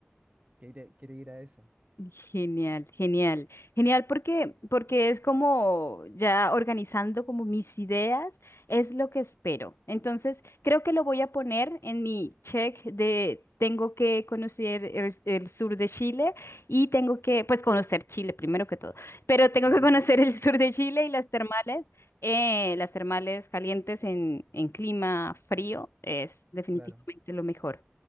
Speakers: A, on the right; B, on the left.
A: que quiere, quiere ir a eso.
B: Genial, genial, genial porque, porque es como ya organizando como mis ideas, es lo que espero. Entonces, creo que lo voy a poner en mi check de tengo que conocer el, el sur de Chile y tengo que, pues conocer Chile primero que todo, pero tengo
A: Sí,
B: que conocer el sur de Chile y las termales, eh, las termales calientes en, en clima frío es definitivamente
A: claro.
B: lo mejor.